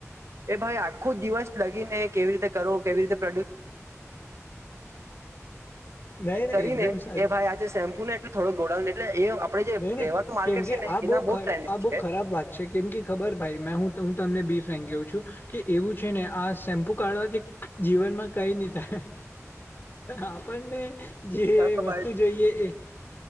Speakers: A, on the right (about 60°); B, on the left (about 40°).
A: એ ભાઈ આખું દિવસ લગીને કેવી રીતે કરો કેવી રીતે પ્રોડ્ય
B: નહી નહી
A: કરીને
B: એકદમ સાચ
A: એ ભાઈ આજે શેમ્પુ ને એટલે થોડો ગોળાને એટલે એ આપડે જે
B: જો ને
A: રેવાનું માર્કેટ
B: કેમકે
A: છે ને
B: આ બહ
A: એના બહુ ટ્રેન્ડિંગ
B: આ બહ
A: છે
B: ખરાબ વાત છે કેમ કે ખબર ભાઈ મે હું. તમને બી ફ્રેન્ક કવું છું કે એવું છે ને આ શેમ્પુ કાઢવાથી. જીવનમાં કઈ નની થાય. આપણને જે
A: ચાલો
B: વસ્તુ જોઈએ એ.